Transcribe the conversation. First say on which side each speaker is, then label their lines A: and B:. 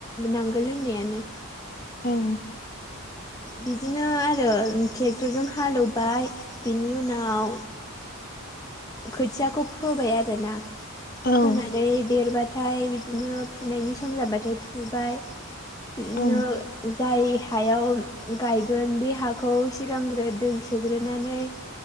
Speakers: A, on the left (about 15°); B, on the left (about 40°).
A: नांगोल होननायानो
B: औ
A: बिदिनो आरो ट्रेक्टरजों हालेवबाय बिनि उनाव खोथियाखौ फोबाय आरोना
B: औ
A: फोनानै देरबाथाय बिदिनो फुनायनि सम जाबाथाय फुबाय बिदिनो
B: औ
A: जाय हायाव गायगोन बे हाखौ सिगांग्रो दै सोग्रोनानै